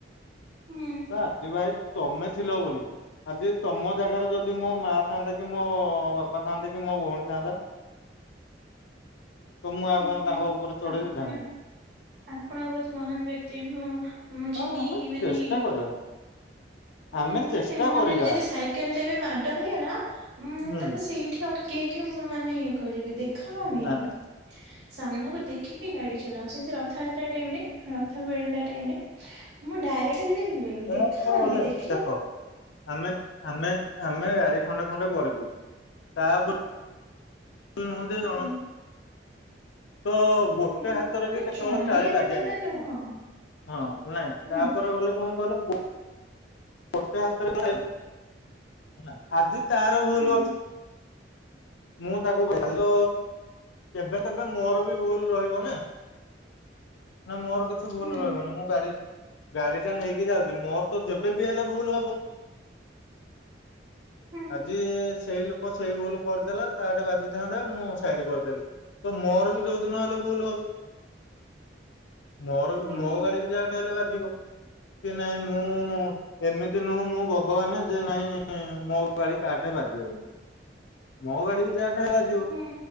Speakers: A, on the right; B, on the left.
A: ହୁଁ
B: ଆଜି ଭାଇ ତମେ ଥିଲ ବୋଲି। ଆଜି ତମ ଜାଗାରେ ଯଦି ମୋ ମା ଥାନ୍ତା କି ମୋ ବାପା ଥାଆନ୍ତେ କି ମୋ ଭଉଣୀ ଥାନ୍ତା? ତ ମୁଁ ଆଉ
A: ହୁଁ
B: କଣ
A: ହୁଁ
B: ତାଙ୍କ ଉପରେ ଚଢେଇ
A: ଆପଣ
B: ଦେଇଥାନ୍ତି?
A: ଆପଣ ବହୁତ ମହାନ ବ୍ୟକ୍ତି ମୁଁ ମୁଁ
B: ହଁ
A: ଯିବି
B: ଆମେ
A: ମାନେ
B: ଚେଷ୍ଟା କରିବା ଆମେ
A: ହୁଁ
B: ଚେଷ୍ଟା
A: ମୋ ମତରେ
B: କରିବା
A: ଯଦି ସାଇକେଲଟା ବି ମାଡ଼ ହେଇଗଲା ମୁଁ
B: ହୁଁ।
A: ତାକୁ ସେଇଠି ଅଟ କେଁ କେଁ ମୁଁ ମାନେ ଇଏ କରିବି ଦେଖା ହଉନି
B: ନା
A: କି?
B: ନା
A: ସାମ୍ନାକୁ ଦେଖିକି ଗାଡି ଚଲାଅ, ସେମିତି ରଥଯାତ୍ରା ଟାଇମ ରେ ର ରଥ ଭିଡ଼ିଲା ଟାଇମରେ ମୁଁ ଡାଇରେକଟ ସେଠି ଚିଲେଇବି,
B: ତାପରେ
A: ଦେଖା ହଉନି
B: ଗଲେ
A: କି ଦେଖ୍
B: ଦେଖ ଆମେ ଆମେ ଆମେ ଗାଡ଼ି ଖଣ୍ଡେ ଖଣ୍ଡେ କରିଛୁ ତା ବୋଲି ନୁହନ୍ତ୍ତୀ ଜଣ
A: ହୁଁ
B: ତ ଗୋଟେ
A: ହୁଁ
B: ହାତରେ
A: ନାଇଁ
B: ବି କେତେବେଳେ
A: ଚଢେଇଆ
B: ତାଳି ବାଜେନି,
A: କଥା ତ ନୁହଁ
B: ଶୁଣ ହଁ ନାଇଁ
A: ହୁଁ
B: ତାପରେ ଗଲେ କଣ କହିଲ ଗୋ ଗୋଟେ ହାତରେ ତାଳି ହେଲା ଆଜି ତାର ଭୁଲ
A: ହୁଁ
B: ଅଛି। ମୁଁ ତାକୁ <unintelligible> ହାଲୋ କେବେ କେବେ ମୋର ବି ଭୁଲ ରହିବ ନା, ନା ମୋର କିଛି ଭୁଲ
A: ହୁଁ
B: ରହିବନି ମୁଁ ଗାଡି ଗାଡି ଟା ନେଇକି ଯାଉଛି ମୋର ତ ଯେ ବି ହେଲେ ଭୁଲ ହବ,
A: ହୁଁ
B: ଆଜି ସେଇ ଲୋକ ସେଇ ଭୁଲ କରିଦେଲା, ତା ଆଡେ ବାଜିଥାନ୍ତା ମୁଁ ସାଇଡ କରିଦେଲି। ତ ମୋର ବି ଯୋଉ ଦିନ ହେଲେ ଭୁଲ ହବ। ମୋର
A: ହୁଁ
B: ମୋ ଗାଡି ବି ଯାହାଟେ ହେଲେ ବାଜିବ କି ନାଇଁ ମୁଁ ଏମିତି ନୁହଁ ମୁଁ ଭଗବାନ ଯେ ନାଇଁ ମୋ ଗାଡି କାହାଠରେ ବାଜିବନି। ମୋ ଗାଡ଼ି ବି ଯାହା ଠେଇଁ ବାଯିବ।
A: ହୁଁ